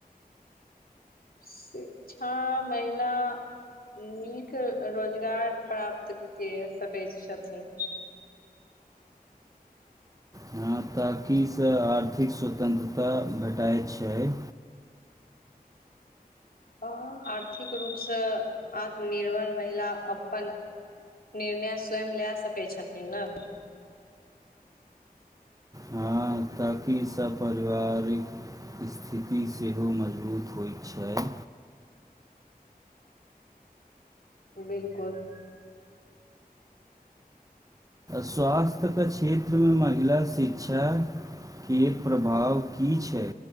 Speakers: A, on the left; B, on the right.
A: शिक्षा महिला नीक अ रोजगार प्राप्त कए सकैत छथिन।
B: हँ, ताकि से आर्थिक स्वतन्त्रता भेटाइ छै।
A: हँ, आर्थिक रूपसँ आत्मनिर्भर महिला अपन निर्णय स्वयं लए सकै छथिन ने।
B: हँ ताकि सभ परिवार ई इस्थिति सेहो मजबूत होइत छय।
A: बिलकुल।
B: स्वास्थ्यके क्षेत्रमे महिला शिक्षाके प्रभाव की छै?